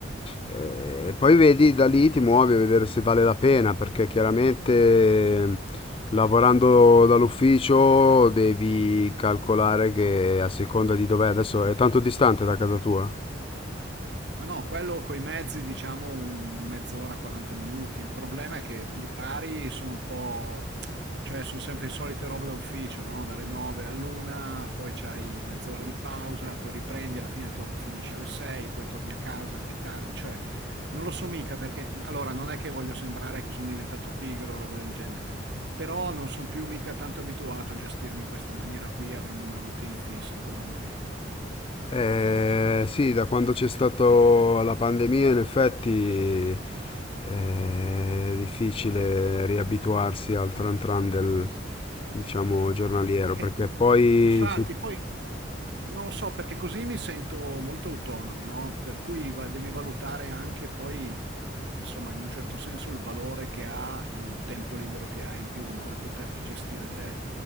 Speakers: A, on the left; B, on the right.
A: Eh, E poi vedi da lì ti muovi a vedere se vale la pena, perché chiaramente lavorando dall'ufficio devi calcolare che a seconda di dov'è adesso è tanto distante da casa tua?
B: Ma no, quello coi mezzi diciamo un mezz'ora, 40 minuti. Il problema è che gli orari sono un po', cioè sono sempre le solite robe da ufficio, no? Dalle 9 all'una, poi c'hai mezz'ora di pausa, poi riprendi, alla fine tor- finisci alle 6, poi torni a casa che è tardi, cioè non lo so mica perché, allora non è che voglio sembrare che sono diventato pigro o roba del genere, però non sono più mica tanto abituato a gestirmi in questa maniera qui, avendo una routine fissa in quel modo lì.
A: Eh, sì, da quando c'è stata la pandemia, in effetti eh, è difficile riabituarsi al tran tran del, diciamo, giornaliero,
B: <laughs>
A: perché poi...
B: Infatti,
A: Sì,
B: poi Non lo so, perché così mi sento molto autonomo, no? Per cui va- devi valutare anche poi, insomma, in un certo senso il valore che ha il tempo libero che hai in più, no? Il poterti gestire te.